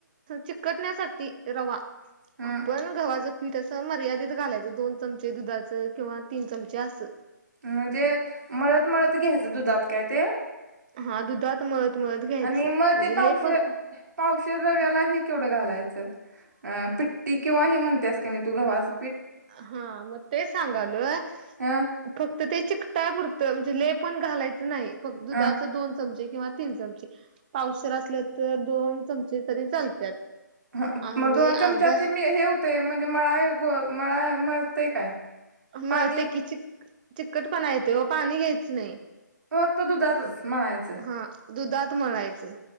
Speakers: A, on the right (about 25°); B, on the right (about 65°).
A: चिकटण्यासाठी रवा
B: हं,
A: आपण गव्हाच पीठ असं मर्यादित घालायचं दोन चमचे दुधाचं किंवा तीन चमचे असं
B: म्हणजे मळत मळत घ्यायचं दुधात काय ते
A: हा दुधात मळत मळत घ्यायचं
B: आणि मग
A: म्हणजे
B: ते पावशे
A: लय पण
B: पावशेर रव्याला हे केवढं घालायचं अ पिट्टी किंवा हे म्हणतेस कनी तू गव्हाच
A: हा मग ते सांगालोय
B: अ
A: फक्त ते चिकटाय पुुरत म्हणजे लय पण घालायचं नाही दुधाच
B: अ
A: दोन चमचे किंवा तीन चमचे पावशेर असल तर दोन चमचे तरी चालत्यात
B: हा
A: आणि
B: मग दोन चमचात
A: अर्धा
B: मी हे होतय म्हणजे मळा ग मळा मळतय काय
A: मग
B: पाणी
A: ते की चिक चिकटपणा येतोय ओ पाणी घ्यायचं नाही
B: फक्त दुधातच मळायच
A: हा दुधात मळायचं